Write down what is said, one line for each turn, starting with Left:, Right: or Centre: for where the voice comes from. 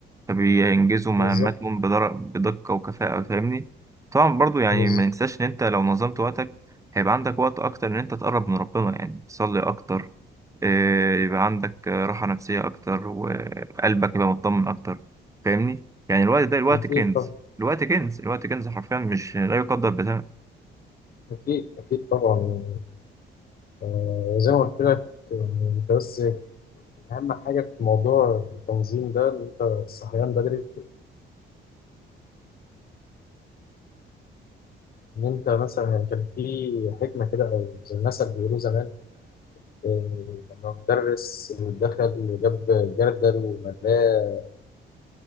Right: فبينجزوا مهمتهم
Left: بالظبط
Right: بدر- بدقة وكفاءة فاهمني طبعا برضو يعني
Left: بالظبط
Right: ما ننساش ان انت لو نظمت وقتك هيبقى عندك وقت اكتر ان انت تقرب من ربنا يعني تصلي اكتر آه، يبقى عندك آه، راحة نفسية اكتر وقلبك يبقى مطمن اكتر فاهمني يعني الوقت ده الوقت
Left: أكيد
Right: كنز
Left: طبعا
Right: الوقت كنز الوقت كنز حرفيا مش لا يقدر بثمن
Left: أكيد أكيد طبعا آه، زي ما قلت لك يعني انت بس اهم حاجه في موضوع التنظيم ده ان انت الصحيان بدري ان انت مثلا يعني كان في حكمه كده او زي المثل بيقولوه زمان آه، لما مدرس دخل جاب جردل وملاه